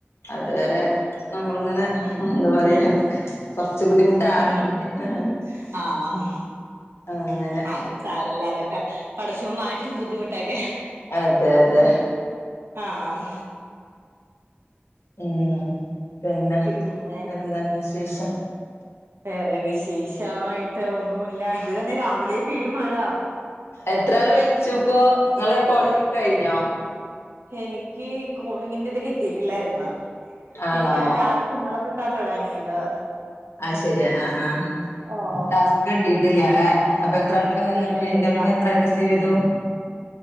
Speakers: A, on the left; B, on the right.
A: അതുവരെ നമ്മളിങ്ങനെ
B: ഉം
A: എന്ത പറയാ കൊറച്ച് ബുദ്ധിമുട്ടാണ്
B: മുന്നോട്ട്
A: <unintelligible>
B: ആഹ്
A: അങ്ങനെ
B: അത് സാരല്ല അതെ പടച്ചോൻ മാറ്റും ബുദ്ധിമുട്ടൊക്കെ
A: അതെ അതെ
B: ആഹ് ആഹ്
A: ഉം പിന്നെ
B: പിന്നെ
A: വേറെന്താണ് വിശേഷം
B: വേറെ വിശേഷമായിട്ട് ഒന്നുല്ല ഇത് തന്നെ രാവിലെ പെരു മഴ
A: എത്രാളെ വിളിച്ചുപ്പോ ങ്ങളെ കോളിങ്ങക്കെ കഴിഞ്ഞോ
B: എനിക്ക് കോളിങ്ങിന്റെ ഇത് കിട്ടീട്ടില്ലായിരുന്ന്ഇപ്പഴാ
A: ആണോ
B: ട്ടാ ഇന്നലെ തൊട്ട തൊടങ്ങിയത്
A: ആഹ് ശരിയാ ആഹ്ആഹ്
B: ഓഹ്
A: ടാസ്ക് കിട്ടിട്ടില്ലല്ലെ അപ്പ എ ത്രാൾ വി ഏ
B: ഇല്ല
A: ഇൻകമിംഗ്
B: ഇല്ല
A: എത്ര റിസീവ് ചെയ്തു